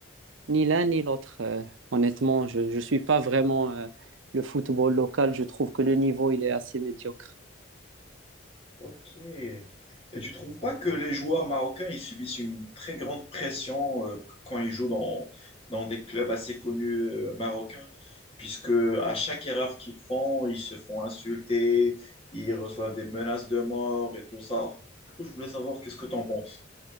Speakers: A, on the right; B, on the left.
A: ni l'un ni l'autre. euh, honnêtement, je ne suis pas vraiment euh, le football local. Je trouve que le niveau, il est assez médiocre.
B: Ok. Et tu trouves pas que les joueurs marocains, ils subissent une très grande pression euh, quand ils jouent dans, dans des clubs assez connus euh, marocains, puisque à chaque erreur qu'ils font, ils se font insulter, ils reçoivent des menaces de mort et tout ça. Du coup, je voulais savoir qu'est-ce que tu en penses.